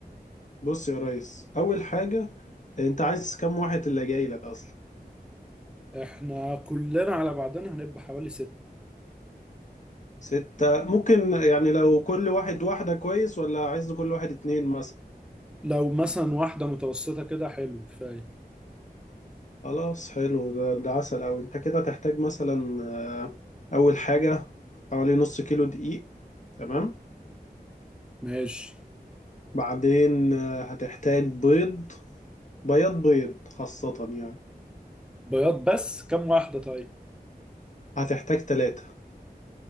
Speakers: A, on the left; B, in the centre.
A: بص يا ريس أول حاجة أنت عايز كم واحد اللي جاي لك أصلا
B: احنا كلنا على بعضنا هنبقى حوالي ست
A: ستة ممكن يعني لو كل واحد واحدة كويس ولا عايز كل واحد اتنين مثلا
B: لو مثلا واحدة متوسطة كده حلو كفاية
A: خلاص حلو ده, ده عسل أوي أنت كده تحتاج مثلا آه، أول حاجة حوالي نص كيلو دقيق تمام
B: ماشي
A: بعدين آه، هتحتاج بيض بياض بيض خاصة يعني
B: بياض بس كم واحدة طيب
A: هتحتاج تلاتة